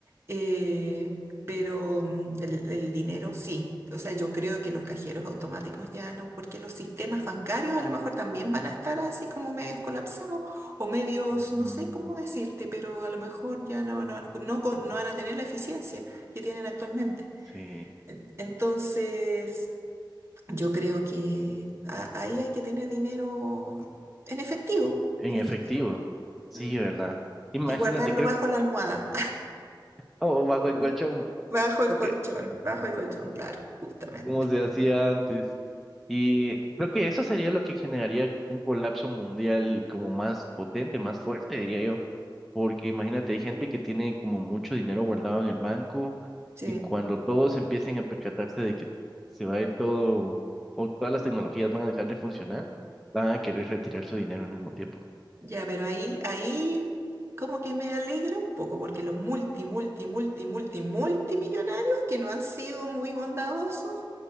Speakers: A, on the right (about 30°); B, in the centre.
A: Eh, pero mm, el, el dinero sí. O sea, yo creo que los cajeros automáticos ya no, porque los sistemas bancarios a lo mejor también van a estar así como medios colapsados o medios,
B: ujú.
A: no sé cómo decirte, pero a lo mejor ya no, no, no, con- no van a tener la eficiencia que tienen actualmente.
B: Sí,
A: Entonces, yo creo que a- ahí hay que tener dinero en efectivo,
B: en
A: en
B: efectivo.
A: efectivo,
B: Sí,
A: mm,
B: ¿verdad? Imagínate,
A: y guardarlo
B: creo,
A: bajo la almohada.
B: o bajo el
A: <laughs>
B: colchón.
A: Bajo el
B: ok.
A: colchón, bajo el colchón, claro, justamente.
B: como se hacía antes. Y creo que eso sería lo que generaría un colapso mundial como más potente, más fuerte, diría yo. Porque imagínate, hay gente que tiene como mucho dinero guardado en el banco
A: Sí,
B: y cuando todos empiecen a percatarse de que se va a ir todo o todas las tecnologías van a dejar de funcionar, van a querer retirar su dinero al mismo tiempo.
A: ya, pero ahí, ahí como que me alegra un poco porque los multi, multi, multi, multi, multimillonarios que no han sido muy bondadosos,